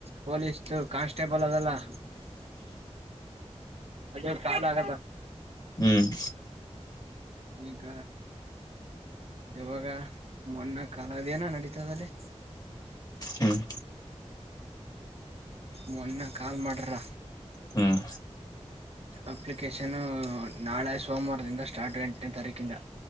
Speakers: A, on the right; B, on the left.
A: ಪೊಲೀಸ್ದು ಕಾನ್ಸ್ಟೇಬಲ್ ಅದಲಾ ಅದೇ ಕಾಲ ಆಗದ
B: ಹ್ಮ್
A: ಈಗ ಇವಾಗ ಮೊನ್ನ ಕಾಲದೇನ ನಡೀತದದಲ್ಲಿ
B: ಹ್ಮ್
A: ಮೊನ್ನ ಕಾಲ್ ಮಾಡ್ರ
B: ಹ್ಮ್
A: ಅಪ್ಲಿಕೇಶನು ನಾಳೆ ಸೋಮವಾರದಿಂದ ಸ್ಟಾರ್ಟ್ ಎಂಟನೇ ತಾರಿಕಿಂದಾ